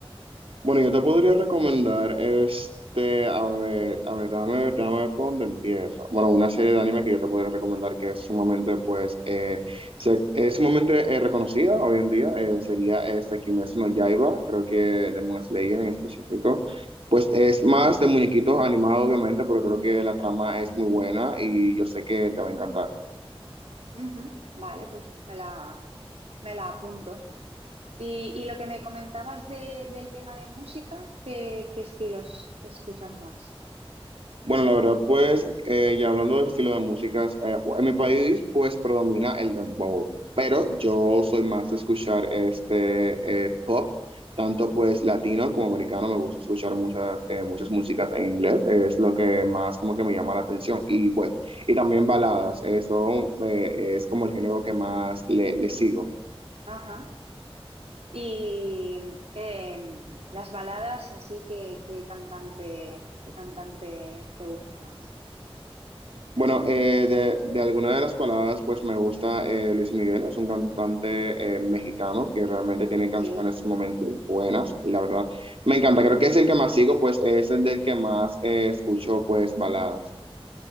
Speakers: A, on the right; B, on the right.
A: Bueno, yo te podría recomendar, este, a ver, a ver, dame, dame ver por dónde empiezo. Bueno, una serie de anime que yo te podría recomendar que es sumamente, pues, eh, se- es sumamente eh, reconocida hoy en día, eh, sería este Kimetsu no Yaiba, creo que Demon Slayer en específico. Pues es más de muñequitos animados, obviamente, pero creo que la trama es muy buena y yo sé que te va a encantar.
B: Ujú, Vale, pues me la, me la apunto. Y, y lo que me comentabas de- del tema de música, ¿qué, qué estilos escuchas más?
A: Bueno, la verdad, pues, eh, ya hablando de estilo de músicas, eh, en mi país, pues, predomina el dembow, pero yo soy más de escuchar este eh, pop, tanto pues latino como americano, me gusta escuchar muchas, eh, muchas músicas en inglés, es lo que más como que me llama la atención, y bueno, y también baladas, eso eh, es como el género que más le, le sigo.
B: Ajá. Y em, las baladas, así que qué cantante, qué cantante te gusta más.
A: Bueno, eh, de, de alguna de las palabras, pues me gusta eh, Luis Miguel, es un cantante
B: Mm,
A: eh, mexicano que realmente tiene canciones
B: Sí.
A: sumamente buenas, y la verdad, me encanta, creo que es el que más sigo, pues es el del que más eh, escucho, pues baladas.